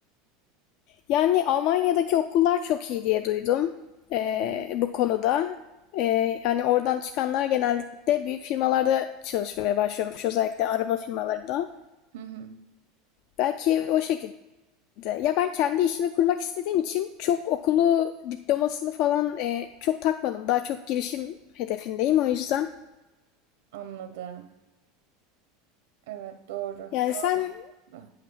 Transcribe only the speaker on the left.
Yani Almanya'daki okullar çok iyi diye duydum eee,
bu konuda. Eee, yani oradan çıkanlar genellikle büyük firmalarda çalışmaya başlıyormuş, özellikle araba firmalarında.
Belki o şekilde. Ya ben kendi işimi kurmak istediğim için çok okulu, diplomasını falan eee, çok takmadım. Daha çok girişim hedefindeyim o yüzden.
Yani sen